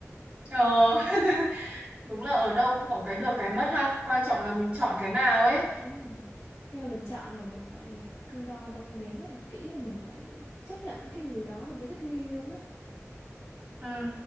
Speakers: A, on the right; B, on the left.
A: Ờ, <laughs> đúng là ở đâu cũng có cái được cái mất ha. Quan
B: <laughs>
A: trọng
B: dạ
A: là mình chọn cái nào ấy.
B: đúng rồi khi mà mình chọn là mình phải cân đo đong đếm rất là kỹ và mình phải chấp nhận cái điều đó mình phải thích nghi luôn á
A: Ừ.